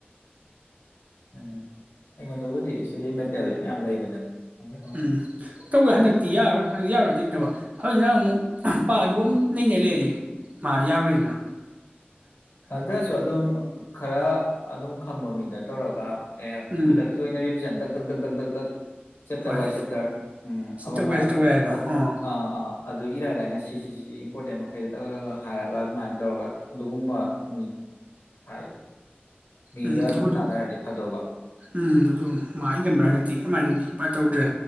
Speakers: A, on the left; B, on the right.
A: ꯎꯝ ꯑꯩꯉꯣꯟꯗ ꯕꯨꯗꯤ ꯁ꯭ꯇꯗꯤ ꯃꯦꯠꯇꯦꯜꯗꯤ ꯃꯌꯥꯝ ꯂꯩꯕꯅꯦ ꯑꯗꯣ ꯈꯪꯗꯦ
B: ꯎꯝ ꯇꯧꯒ ꯍꯟꯗꯛꯇꯤ ꯌꯥꯔꯣꯏ ꯍ ꯗꯤꯅꯇꯕ ꯍꯣꯏꯅꯑꯃꯨꯛ ꯑꯗꯨ ꯑꯃꯨꯛ ꯅꯩꯅ ꯂꯩꯔꯗꯤ ꯃꯥꯗꯤ ꯌꯥꯔꯣꯏꯅ
A: ꯍꯟꯗꯥꯁꯨ ꯑꯗꯨꯝ ꯈꯔ ꯑꯗꯨꯝ ꯈꯪꯕ ꯃꯤꯗ ꯇꯧꯔꯒ ꯑꯦ
B: ꯎꯝ
A: ꯈꯨꯗꯛꯀꯤ ꯑꯣꯏꯅ ꯔꯤꯚꯤꯖꯟ ꯗꯛ ꯙꯛ ꯙꯛ ꯙꯛ ꯙꯛ ꯙꯛ ꯆꯦꯞꯇꯔ
B: ꯍꯣꯏ
A: ꯋꯥꯏ ꯆꯦꯞꯇꯔ ꯎꯝ
B: ꯁꯤ
A: ꯑꯥꯃ
B: ꯇꯧꯕ
A: ꯃ
B: ꯌꯥꯏ ꯁꯤ
A: ꯑꯥ
B: ꯇꯧꯕ ꯌꯥꯏꯗꯣ
A: ꯑꯗꯥ
B: ꯑꯣ
A: ꯑꯥ ꯑꯥ ꯑꯗꯨ ꯏꯔꯥꯏ ꯂꯥꯏꯅ ꯁꯤꯁꯤ ꯁꯤꯁꯤ ꯏꯝꯄꯣꯔꯇꯦꯟ ꯃꯈꯩꯗ ꯗꯗ ꯍꯥꯏꯔꯒ ꯑꯗꯨꯃꯥꯏ ꯇꯧꯔꯒ ꯑꯗꯨꯒꯨꯝꯕ ꯎꯝ ꯍꯥꯏ ꯃꯤꯒ
B: ꯎꯝ ꯑꯗꯨꯕꯨꯗꯤ
A: ꯑꯗꯨꯝ ꯇꯥꯟꯅꯔꯗꯤ ꯐꯗꯧꯕ
B: ꯎꯝ ꯑꯗꯨ ꯃꯥ ꯑꯩꯅ ꯈꯟꯕꯗ ꯍꯟꯗꯛꯇꯤ ꯑꯗꯨꯃꯥꯏꯅꯗꯤ ꯇꯧꯗ꯭ꯔꯦ